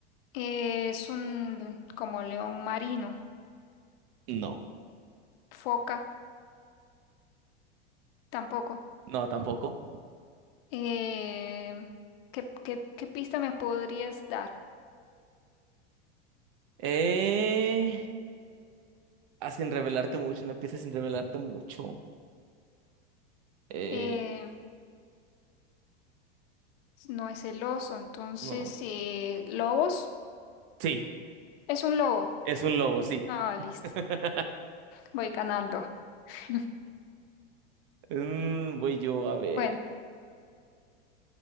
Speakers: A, on the left; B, on the right.
A: Es un como león marino.
B: No,
A: Foca, tampoco.
B: no, tampoco.
A: Eh, ¿qué, qué- qué pista me podrías dar?
B: Eh, ah, sin revelarte mucho, una pieza sin revelarte mucho. Eh,
A: Eh, no es el oso, entonces,
B: no.
A: eh, ¿lobos?
B: Sí,
A: Es un lobo.
B: es un lobo, sí.
A: Ah, listo.
B: <laughs>
A: Voy ganando. <laughs>
B: Mm, voy yo a ver.
A: Bueno,